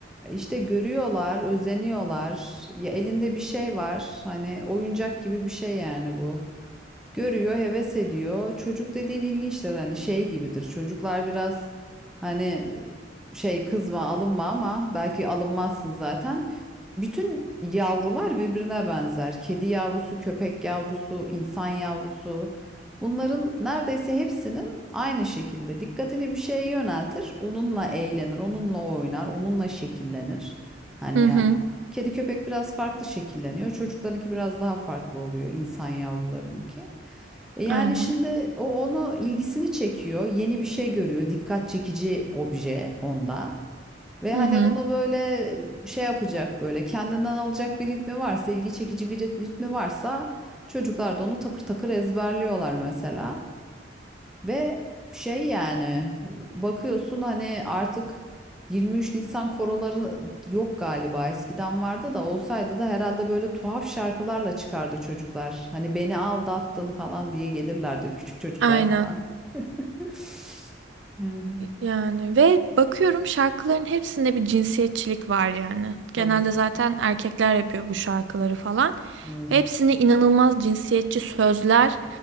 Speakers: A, in the centre; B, on the right.
A: İşte görüyorlar, özeniyorlar. Ya elinde bir şey var. Hani oyuncak gibi bir şey yani bu. Görüyor, heves ediyor. Çocuk dediğin ilginçtir hani şey gibidir. Çocuklar biraz hani e, şey kızma, alınma ama belki alınmazsın zaten. Bütün yavrular birbirine benzer. Kedi yavrusu, köpek yavrusu, insan yavrusu. Bunların neredeyse hepsinin aynı şekilde dikkatini bir şeye yöneltir. Onunla eğlenir, onunla oynar, onunla şekillenir. Hani
B: Hı
A: yani
B: hı.
A: kedi köpek biraz farklı şekilleniyor. Çocuklarınki biraz daha farklı oluyor insan yavrularınınki. E Yani
B: Aynen.
A: şimdi o onu ilgisini çekiyor, yeni bir şey görüyor, dikkat çekici obje onda ve
B: Hı
A: hani
B: hı.
A: onu böyle şey yapacak böyle kendinden alacak bir ritmi varsa, ilgi çekici bir rit- ritmi varsa çocuklar da onu takır takır ezberliyorlar mesela. Ve şey yani bakıyorsun hani artık 23 Nisan koroları yok galiba. Eskiden vardı da olsaydı da herhalde böyle tuhaf şarkılarla çıkardı çocuklar. Hani beni aldattın falan diye gelirlerdi küçük çocuklar
B: Aynen.
A: falan. <laughs> Yani
B: Yani ve bakıyorum şarkıların hepsinde bir cinsiyetçilik var yani. Genelde
A: tabii
B: zaten erkekler yapıyor bu şarkıları falan.
A: evet.
B: Hepsinde inanılmaz cinsiyetçi sözler